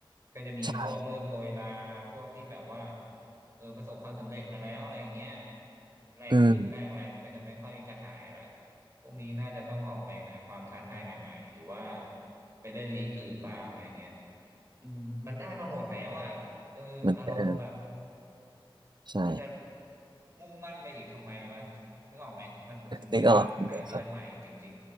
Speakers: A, on the right (about 35°); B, on the right (about 55°).
A: ก็จะมีพวกเริ่มโรยลาพวกที่แบบว่า
B: ใช่
A: เออประสบความสำเร็จมาแล้วอะไรอย่างเงี้ยแรงฮึดแรงอะไรมันก็จะไม่ค่อยกระหายละ
B: อืม
A: พวกนี้น่าจะต้องออกไปหาความท้าทายใหม่ๆหรือว่าไปเล่นลีกอื่นบ้างอะไรเงี้ยอืมมันได้มาหมดแล้วอ่ะ เอออารมณ์แบบ
B: มันเออใช่
A: กูจะมุ่งมั่นไปอีกทำไมวะนึกออกไหมมันถึงเวลาต้องถ่ายเลือดใหม่จริง
B: นึกออกนึกออกครับ